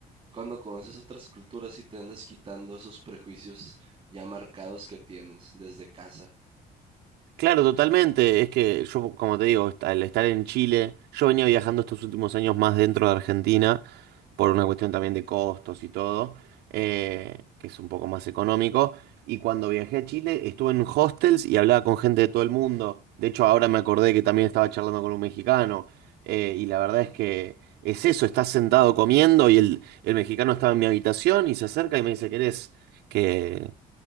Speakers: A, on the right; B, on the right.
A: cuando conoces otras culturas y te andas quitando esos prejuicios ya marcados que tienes desde casa.
B: Claro, totalmente. Es que yo, como te digo, est- al estar en Chile, yo venía viajando estos últimos años más dentro de Argentina, por una cuestión también de costos y todo, eh, que es un poco más económico. Y cuando viajé a Chile, estuve en hostels y hablaba con gente de todo el mundo. De hecho, ahora me acordé que también estaba charlando con un mexicano. eh, y la verdad
A: Ujú,
B: es que es eso, estás sentado comiendo y el, el mexicano estaba en mi habitación y se acerca y me dice, ¿querés que...